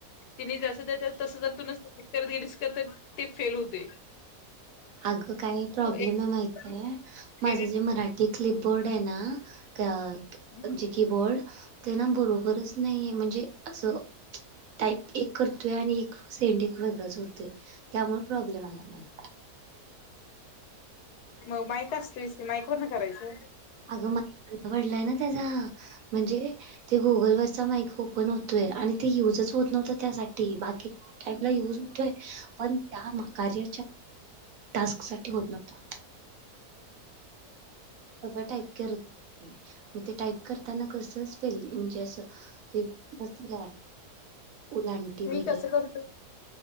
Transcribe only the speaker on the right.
अगं काही प्रॉब्लेम
आहे माहितीये माझं
जे मराठी क्लिप बोर्ड आहे ना त
जे कीबोर्ड त्यांना बरोबरच नाही आहे म्हणजे असं टाईप एक करतोय आणि एक सेंड एक वेगळंच होतोय त्यामुळे प्रॉब्लेम आला मला.
अगं मझ घडलंय ना त्याचा म्हणजे ते गुगलवररचा माईक ओपन होतोय आणि ते युजच होत नव्हतं त्यासाठी बाकी यू होतय पण त्या कार्यच्या टास्क साठी होत नव्हता. सगळं टाईप करत मग ते टाईप करताना कसच पेल म्हणजे असं. ते मस्त काय उलांटी वगैरे